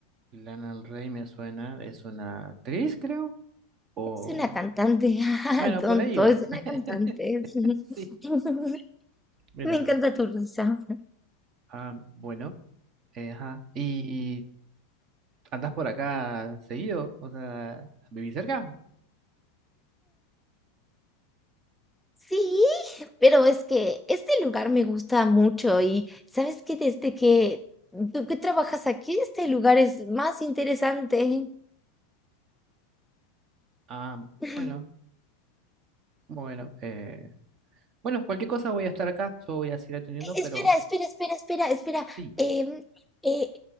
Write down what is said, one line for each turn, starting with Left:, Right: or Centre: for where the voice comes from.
Right: Lana del Rey me suena, es una actriz, creo, o...
Centre: Es una cantante, <laughs> ah,
Right: Bueno,
Centre: tonto,
Right: por ahí va.
Centre: es una
Right: <laughs>
Centre: cantante. <laughs>
Right: Sí, mira.
Centre: Me encanta tu risa.
Right: Ah, bueno, eh, ajá. Y ¿Andás por acá seguido? O sea, ¿vivís cerca?
Centre: Sí, pero es que este lugar me gusta mucho y ¿sabes qué? Desde que tú que trabajas aquí, este lugar es más interesante.
Right: Ah,
Centre: <laughs>
Right: bueno, bueno. eh, bueno, cualquier cosa voy a estar acá, yo voy a seguir atendiendo, pero
Centre: Espera, espera, espera, espera, espera.
Right: sí,
Centre: em, eh,